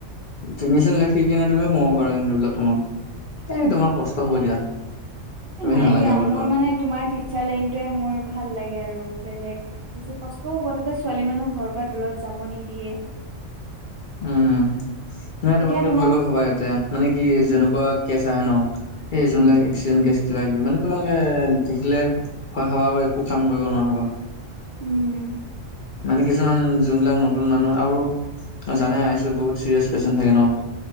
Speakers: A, on the left; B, on the right.
A: তুমি চোন লে সি কিনে তুমি সোমাব পাৰা কিন্তু বিলাক তোমত এই তোমাৰ কষ্ট
B: অ
A: হ'ব দিয়া তুমি
B: এ নাই
A: নালাগে
B: দিয়া
A: ভয়
B: মোৰ
A: খাব।
B: মানে তোমাৰ চাৰ লনটোৱে মোৰ ভাল লাগে আৰু বেলেগ বেছি কষ্টও হ'ব তোতে ছোৱালী মানুহ ঘৰৰ পৰা দূৰত যাব নিদিয়ে।
A: <inaudible> উম নাই তোমালোকে
B: এতিয়া তোমাৰ
A: ভয়ো হবা ইয়াতে মানে কি যেনেকুৱা কেচ আহে ন সেই যোনবিলাক
B: উম
A: এক্সিডেণ্ট কেছ কিবা কিবি মানে তোমালোকে দেখিলে ভয় খাবা আৰু একো কাম কৰিব নোৱাৰা হবা
B: উম
A: মানে কিছুমান যোনবিলাক নতুন মানুহ আৰু জানাই আ চি ইউত বহুত চিৰিয়াছ পেচেণ্ট থাকে ন